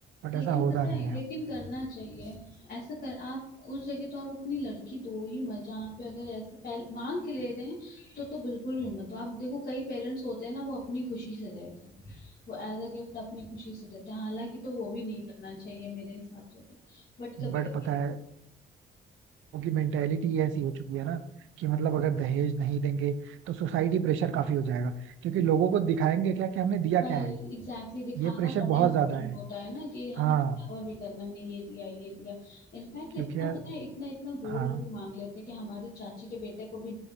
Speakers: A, on the right; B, on the left.
A: बट
B: लेकिन
A: ऐसा होता
B: पता
A: नहीं
B: है
A: है
B: लेकिन करना चाहिए ऐसा कर आप उस जगह तो आप अपनी लड़की दो ही मत जहाँ पे अगर ऐसे पहले मांग के ले रहे हैं तो तो बिल्कुल भी मत तो आप देखो कई पेरेंट्स होते हैं ना वो अपनी खुशी से देते हैं वो एज अ गिफ्ट अपनी खुशी से देते हैं हालांकि तो वो भी नहीं करना चाहिए मेरे हिसाब से तो बट कभी
A: बट
B: कभी
A: पता है उनकी मेंटेलिटी ऐसी हो चुकी है ना कि मतलब अगर दहेज नहीं देंगे तो सोसाइटी प्रेशर काफी हो जाएगा क्योंकि लोगों को दिखाएंगे क्या कि हमने दिया
B: वही
A: क्या है
B: एग्जैक्टली exactly, दिखावा
A: ये प्रेशर
B: ज्यादा
A: बहुत
B: इम्पोर्टेंट
A: ज्यादा है
B: होता है ना कि हमें
A: हाँ
B: दिखावा भी करना हमने ये दिया ये दिया इनफैक्ट
A: क्योंकि
B: इतना
A: यार
B: पता है इतना इतना गोल्ड
A: हाँ
B: भी मांग लेते हैं कि हमारे चाची के बेटे को भी